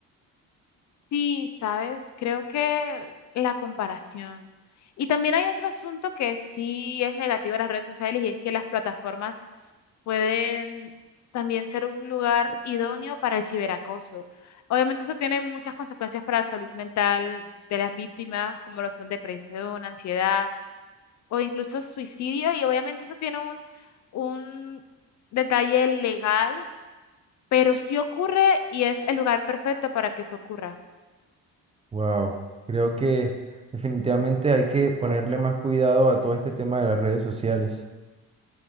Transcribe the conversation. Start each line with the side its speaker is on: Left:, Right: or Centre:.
Left: Sí, sabes, creo que la comparación. Y también hay otro asunto que sí es negativo de las redes sociales y es que las plataformas pueden también ser un lugar idóneo para el ciberacoso. Obviamente eso tiene muchas consecuencias para la salud mental de las víctimas, como lo son depresión, ansiedad o incluso suicidio. Y obviamente eso tiene un, un detalle legal, pero sí ocurre y es el lugar perfecto para que eso ocurra.
Right: Wow. Creo que definitivamente hay que ponerle más cuidado a todo este tema de las redes sociales.